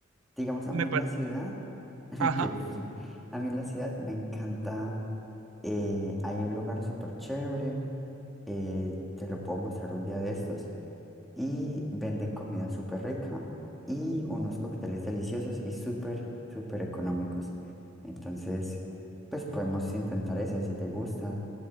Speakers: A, in the centre; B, on the right.
A: Digamos, a
B: Me
A: mí en
B: par-
A: la ciudad, <laughs>
B: Ajá,
A: que pu- a mí en la ciudad me encanta, eh, hay un lugar súper chévere, eh, te lo puedo mostrar un día de estos, y venden comida súper rica y unos cócteles deliciosos y súper, súper económicos. Entonces, pues podemos intentar ese si te gusta.